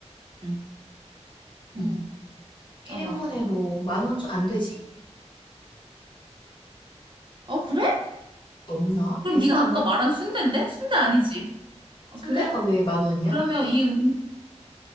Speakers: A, on the right; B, on the left.
A: 음, 음,
B: 음, 1인분에
A: 아마.
B: 뭐, 만 원 좀 안 되지?
A: 어, 그래?
B: 넘나?
A: 그럼
B: 비슷하나?
A: 네가 아까 말한 순대인데? 순대 아니지? 아,
B: 순대가
A: 그래?
B: 왜 만 원이야?
A: 그러면 이 음,